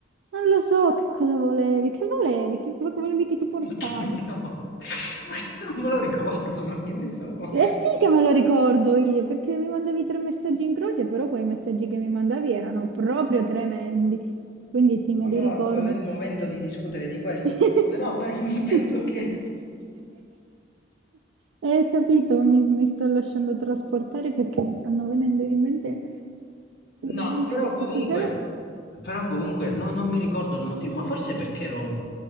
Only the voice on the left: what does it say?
Ma che ne so? <laughs> Ma non me lo ricordo, ma che ne so?
Ma
mo
non è il momento di discutere di questo,
co- però <laughs> penso, penso che...
No,
però
comunque,
però comunque no- non mi ricordo il motivo, ma forse perché ero,